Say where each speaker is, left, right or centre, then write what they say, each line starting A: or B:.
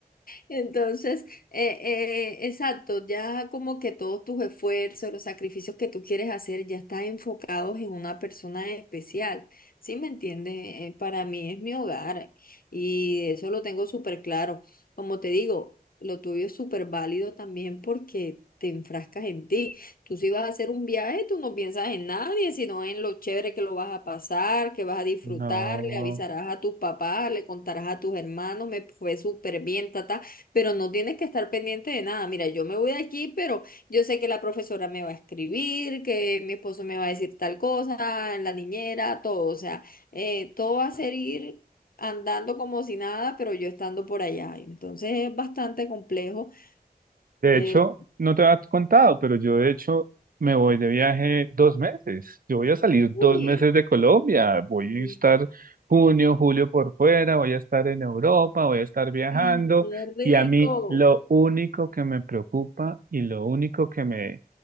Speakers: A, on the left; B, on the right.
A: Entonces, eh, eh, exacto, ya como que todos tus esfuerzos, los sacrificios que tú quieres hacer ya están enfocados en una persona especial, ¿sí me entiendes? Eh, para mí es mi hogar y eso lo tengo súper claro. Como te digo, lo tuyo es súper válido también porque te enfrascas en ti. Tú si vas a hacer un viaje, tú no piensas en nadie, sino en lo chévere que lo vas a pasar, que vas a disfrutar,
B: No.
A: le avisarás a tus papás, le contarás a tus hermanos, me fue súper bien, tata pero no tienes que estar pendiente de nada. Mira, yo me voy de aquí, pero yo sé que la profesora me va a escribir, que mi esposo me va a decir tal cosa, la niñera, todo. O sea, eh, todo va a ser ir andando como si nada, pero yo estando por allá. Entonces es bastante complejo,
B: De
A: pero
B: hecho, no te había contado, pero yo de hecho me voy de viaje dos meses. Yo voy a salir
A: uy,
B: dos meses de Colombia. Voy
A: y-
B: a estar junio, julio por fuera, voy a estar en Europa, voy a estar viajando.
A: ay, qué rico.
B: Y a mí lo único que me preocupa y lo único que me,